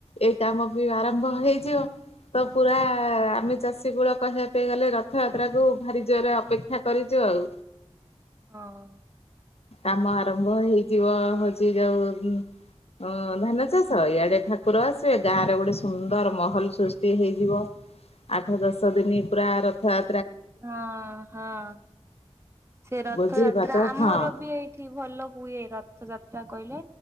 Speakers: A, on the left (about 65°); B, on the right (about 25°).
A: ଏଇ କାମ ବି ଆରମ୍ଭ ହେଇଯିବ। ତ ପୁରା ଆମେ ଚାଷୀ କୁଳ କହିବା ପାଇଁ ଗଲେ, ରଥଯାତ୍ରା କୁ ଭାରି ଜୋରରେ ଅପେକ୍ଷା କରିଛୁ। ଆଉ।
B: ହଁ।
A: କାମ ଆରମ୍ଭ ହେଇଯିବ, ହଉଛି ଯଉ ହଁ ଧାନ ଚାଷ ଇଆଡେ ଠାକୁର ଆସିବେ, ଗାଁ ରେ ଗୋଟେ ସୁନ୍ଦର ମହଲ ସୃଷ୍ଟି ହେଇଯିବ। ଆଠ ଦଶ ଦିନି ପୁରା ରଥଯା
B: ହଁ- ହଁ। ସେ ରଥଯାତ୍ରା
A: ଭୋଜି ଭାତ
B: ଆମର
A: ହଁ
B: ବି ଏଇଠି ଭଲ ହୁଏ ରଥଯା ତ୍ରା କହିଲେ